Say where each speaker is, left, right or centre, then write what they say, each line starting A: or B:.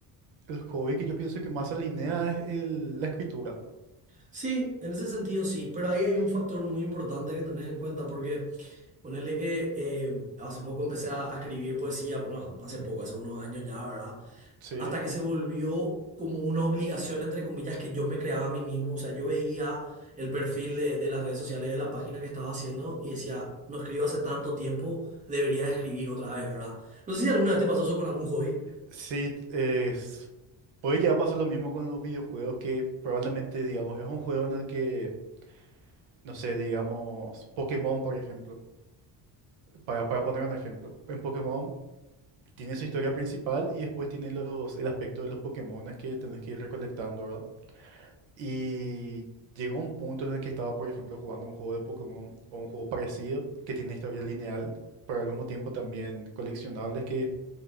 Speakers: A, on the right; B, on the right.
A: el hobby que yo pienso que más alinea es el- la escritura.
B: Sí, en ese sentido sí, pero ahí hay un factor muy importante que tenés en cuenta porque ponerle que eh, hace poco empecé a, a escribir poesía, bueno, hace poco, hace unos años ya, ¿verdad?
A: Sí.
B: hasta que se volvió como una obligación, entre comillas, que yo me creaba a mí mismo. O sea, yo veía el perfil de, de las redes sociales, de la página que estaba haciendo y decía, no escribo hace tanto tiempo, debería escribir otra vez, ¿verdad? No sé si alguna vez te pasó eso con algún hobby.
A: Sí, es- puede llegar a pasar lo mismo con los videojuegos que probablemente, digamos, es un juego en el que, no sé, digamos, Pokémon, por ejemplo, para, para poner un ejemplo, en Pokémon tiene su historia principal y después tiene los, el aspecto de los Pokémones que tenés que ir recolectando, ¿verdad? Y llegó un punto en el que estaba, por ejemplo, jugando un juego de Pokémon o un juego parecido que tiene historia lineal, pero al mismo tiempo también coleccionables que